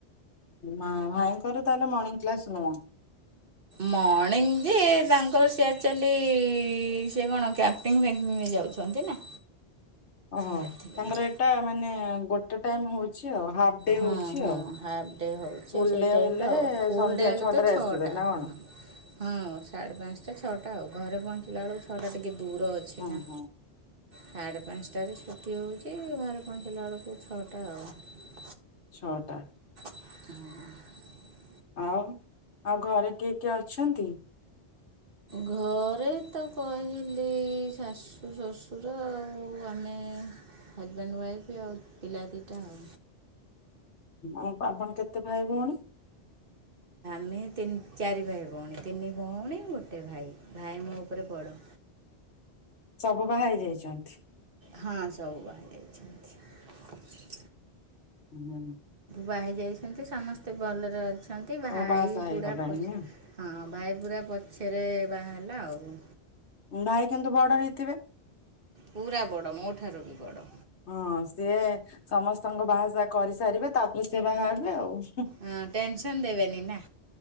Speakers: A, on the left; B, on the right.
A: ଭାଇଙ୍କର ତାହେଲେ ମର୍ଣ୍ଣିଂ କ୍ଲାସ ନୁହଁ।
B: ମଣିଙ୍ଗ ଯେ ତାଙ୍କ ର ସିଆ ଚାଲି ସେ କ୍ୟାପିଙ୍ଗ ଫ୍ୟକିଙ୍ଗ ରେ ଯାଉଛନ୍ତି ନା।
A: ଓହୋ
B: ସେଥିପାଇଁ
A: ତାଙ୍କର ଏଇଟା ମାନେ ଗୋଟେ ଟାଇମ ହଉଛି ଆଉ। ହାଫ୍ ଡେ
B: ହଁ
A: ହଉଛି
B: ହଁ
A: ଆଉ।
B: ହାଫ ଡେ ହଉଛି
A: ଫୁଲ
B: ଆ ସେଇ
A: ଡେ
B: ଟାଇପରେ
A: ହେଲେ
B: ଆଉ ଫୁଲ
A: ସନ୍ଧ୍ୟା
B: ଡେ ହେଲେ
A: ଛଅଟାରେ
B: ତ ଛଅଟା
A: ଆସିବେ ନା କଣ?
B: ହଁ। ହଁ ସାଢ଼େ ପାଞ୍ଚଟା ଛଅଟା ଆଉ। ଘରେ ପହଞ୍ଚିଲା ବେଳକୁ ଛଅଟା ଟିକେ ଦୂର ଅଛି
A: ଓହୋ
B: ନା। ସାଢ଼େ ପାଞ୍ଚଟାରେ ଛୁଟି ହେଉଛି ଘରେ ପହଞ୍ଚିଲା ବେଳକୁ ଛଅଟା ଆଉ।
A: ଛଅଟା।
B: <inaudible>
A: ଆଉ ଆଉ ଘରେ କିଏ କିଏ ଅଛନ୍ତି?
B: ଘ ରେ ତ କହିଲି ଶାଶୁ, ଶ୍ୱଶୁର ଆଉ ଆମେ ହଜବ୍ୟାଣ୍ଡ, ୱାଇଫ୍ ଆଉ ପିଲା ଦୁଇଟା ଆଉ।
A: ଆଉ ଆପଣ କେତେ ଭାଇ ଭଉଣୀ?
B: ଭଉଣୀ ତିନି ଚାରି ଭାଇ ଭଉଣୀ ତିନି ଭଉଣୀ ଗୋଟେ ଭାଇ ଭାଇ ମୋ ଉପରେ ବଡ଼।
A: ସବୁ ବାହା ହେଇ ଯାଇଛନ୍ତି?
B: ହଁ ସବୁ ବହାହେଇଯାଇଛନ୍ତି।
A: ହଁ ହୁଁ।
B: ବାହା ହେଇଛନ୍ତି ସମସ୍ତେ ଭଲରେ ଅଛନ୍ତି
A: ସବୁ
B: ଭାଇ
A: ବାହାସାହା ହେଇଗଲାଣି
B: ପୁରା ପ
A: ନା?
B: ହଁ ଭାଇ ପୁରା ପଛରେ ବାହା ହେଲା ଆଉ।
A: ଭାଇ କିନ୍ତୁ ବଡ ହେଇଥିବେ।
B: ପୁରା ବଡ଼ ମୋ ଠାରୁ ବି ବଡ଼।
A: ହଁ ସିଏ ସମସ୍ତଙ୍କ ବାହାସାହା କରିସାରିବେ ତାପରେ ସିଏ ବାହା ହେବେ ଆଉ।
B: ହଁ ଟେନସନ ଦେବେନି ନା।